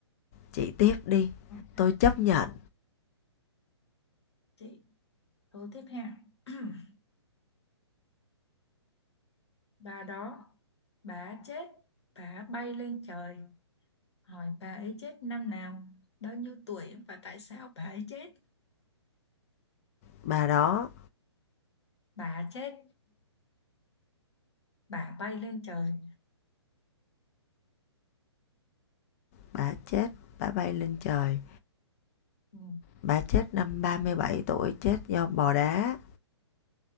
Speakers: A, on the left (about 30°); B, on the left (about 70°).
A: chị tiếp đi.
B: Ok,
A: Tôi chấp nhận
B: rồi, chị câu tiếp theo. <clears throat> Bà đó, bà chết, bà bay lên trời. hỏi bà ấy chết năm nào, bao nhiêu tuổi và tại sao bà ấy chết.
A: bà đó,
B: Bà chết, bà bay lên trời.
A: bà chết, bà bay lên trời.
B: Ừ.
A: Bà chết năm 37 tuổi chết do bò đá.